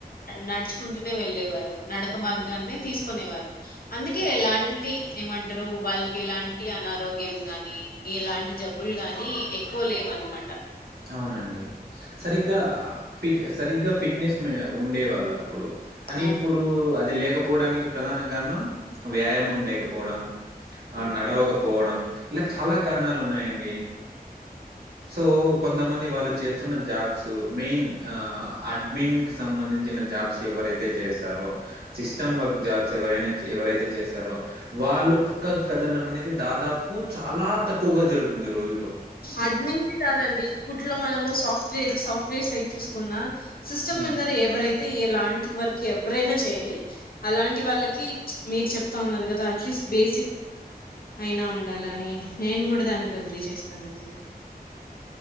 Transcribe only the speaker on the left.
నడుచుకుంటూనే వెళ్ళేవారు నడక మార్గాన్ని తీసుకునేవారు అందుకే ఎలాంటి ఏమంటరు వాల్కెలాన్ అనారోగ్యం గాని ఇలాంటి జబ్బులు గాని ఎక్కువ లేవ్నమాట
అవును
అవును
అడ్మిన్సే గాదండి ఇప్పుట్లో మనము సాఫ్ట్వేర్ సాఫ్ట్వేర్ సైట్ చూసుకున్నా సిస్టమ్
మిందర ఎవరై ఎలాంటి వర్క్ ఎవరైనా చేయని అలాంటి వాళ్ళకి మీరు చెప్తా ఉన్నారు కదా అట్లీస్ట్ బేసిక్ అయినా ఉండాలని నేను గూడ దానికి అగ్రీ చేస్తానండి